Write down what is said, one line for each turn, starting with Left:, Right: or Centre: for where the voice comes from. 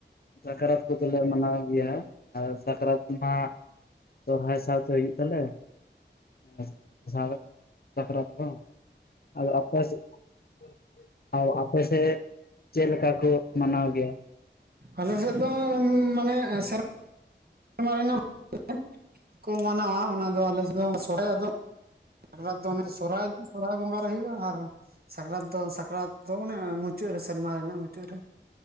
Left: ᱥᱟᱠᱨᱟᱛ ᱠᱚᱫᱚᱞᱮ ᱢᱟᱱᱟᱣ ᱜᱮᱭᱟ ᱟᱨ ᱥᱟᱠᱨᱟᱛ ᱢᱟ ᱥᱚᱨᱦᱟᱭ ᱥᱟᱶᱛᱮ ᱦᱩᱭᱩᱜ ᱛᱟᱞᱮ <unintelligible> ᱥᱟᱠᱨᱟᱛ ᱦᱚᱸ ᱟᱫᱚ ᱟᱯᱮ <unintelligible> ᱟᱫᱚ ᱟᱯᱮ ᱥᱮᱫ ᱪᱮᱫ ᱞᱮᱠᱟ ᱠᱚ ᱢᱟᱱᱟᱣ ᱜᱮᱭᱟ᱾
Right: ᱟᱞᱮ ᱥᱮᱫ ᱫᱚ ᱢᱟᱱᱮ ᱥᱮᱨ ᱢᱟ ᱨᱮᱱᱟᱜ <unintelligible> ᱠᱚ ᱢᱟᱱᱟᱣᱟ ᱚᱱᱟ ᱫᱚ ᱟᱞᱮ ᱥᱮᱫ ᱫᱚ <unintelligible> ᱟᱫᱚ ᱥᱟᱠᱨᱟᱛ ᱫᱚ ᱚᱱᱮ ᱥᱚᱨᱦᱟᱭ ᱫᱚ ᱥᱚᱨᱦᱟᱭ ᱵᱚᱸᱜᱟ ᱨᱮ ᱦᱩᱭᱩᱜ-ᱟ ᱟᱨ ᱥᱟᱠᱨᱟᱛ ᱫᱚ ᱥᱟᱠᱨᱟᱛ ᱫᱚ ᱚᱱᱟ ᱢᱩᱪᱟᱹᱫ ᱨᱮ ᱥᱮᱨᱢᱟ ᱨᱮᱱᱟᱜ ᱢᱩᱪᱟᱹᱫ ᱨᱮ